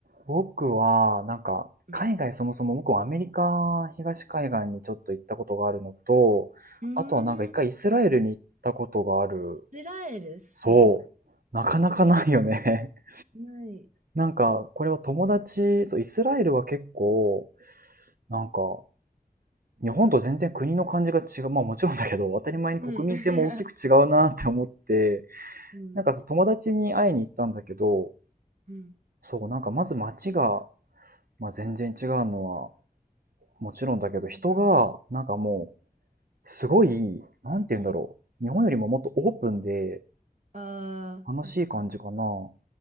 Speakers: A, on the right; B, on the right.
A: 僕は、なんか、
B: うん。
A: 海外そもそも僕はアメリカ東海岸にちょっと行ったことがあるのと、
B: うーん、
A: あとはなんか一回イスラエルに行ったことがある
B: イスラエルすごく
A: そう。なかなかないよね。<laughs>
B: ない。
A: なんか、これは友達、そう、イスラエルは結構、なんか、日本と全然国の感じが違う。まあもちろんだけど、当たり前に国民性も大きく違うなって思って、
B: うん。<laughs> うん。
A: なんかそう友達に会いに行ったんだけど、
B: うん。
A: そう、なんかまず街が、まあ、全然違うのはもちろんだけど、人が、
B: うん。
A: なんかもう、すごい、なんて言うんだろう。
B: うん。
A: 日本よりももっとオープンで
B: ああ、
A: 楽しい感じかな。
B: わかるな。